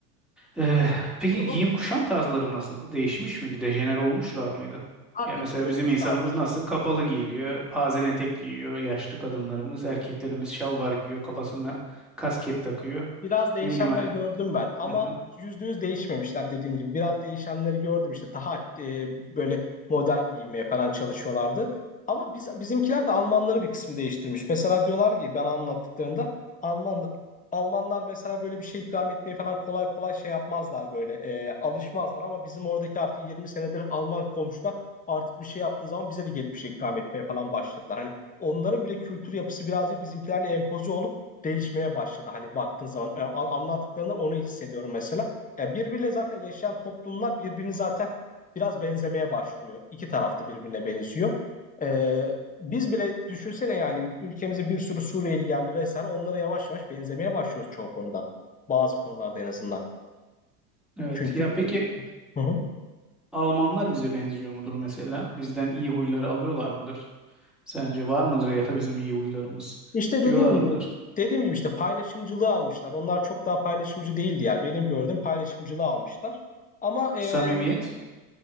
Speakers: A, in the centre; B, on the left.
A: Eh, peki
B: Ama
A: giyim kuşam tarzları nasıldı? Değişmiş miydi? Dejenere olmuşlar mıydı?
B: ha,
A: Ya
B: bir
A: mesela
B: tık olmuşlar.
A: bizim insanımız nasıl? Kapalı giyiliyor, pazen etek giyiyor, yaşlı kadınlarımız, erkeklerimiz şalvar giyiyor, kafasına kasket takıyor.
B: Biraz değişenler
A: Ne bileyim hani.
B: gördüm ben ama
A: Hı hı.
B: %100 değişmemişler dediğim gibi. Biraz değişenleri gördüm işte daha e, böyle modern giymeye falan çalışıyorlardı. Ama biz bizimkiler de Almanları bir kısım değiştirmiş. Mesela diyorlar ki bana anlattıklarında Alman Almanlar mesela böyle bir şey ikram etmeyi falan kolay kolay şey yapmazlar böyle e, alışmazlar ama bizim oradaki artık 20 senedir Alman komşular artık bir şey yaptığı zaman bize de gelip bir şey ikram etmeye falan başladılar. Hani onların bile kültür yapısı birazcık bizimkilerle empoze olup değişmeye başladı. Hani baktığın zaman e, a- anlattıklarından onu hissediyorum mesela. Yani birbiriyle zaten yaşayan toplumlar birbirini zaten biraz benzemeye başlıyor. İki tarafta birbirine benziyor. E, biz bile düşünsene yani ülkemize bir sürü Suriyeli geldi vesaire onlara yavaş yavaş benzemeye başlıyoruz çoğu konuda. Bazı konularda en azından.
A: Evet.
B: Çünkü
A: Ya peki
B: Hı hı.
A: Almanlar bize benziyor mudur mesela? Bizden iyi huyları alıyorlar mıdır? Sence var mıdır ya da bizim iyi huylarımız?
B: İşte
A: Diyorlar
B: dediğim gibi
A: mıdır?
B: dediğim gibi işte paylaşımcılığı almışlar. Onlar çok daha paylaşımcı değildi ya. Benim gördüğüm paylaşımcılığı almışlar. Ama
A: Samimiyet.
B: e,